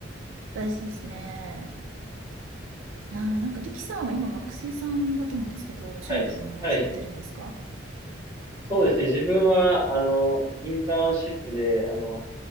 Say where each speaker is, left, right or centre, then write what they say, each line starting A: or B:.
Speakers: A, on the right; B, on the right.
A: 大事ですね。いやーなんかリキさんは今学生さんだと思うんですけど、お仕事もなんかされてるんですか
B: はい。はい。そうですね。自分は、あの、インターンシップで、あの、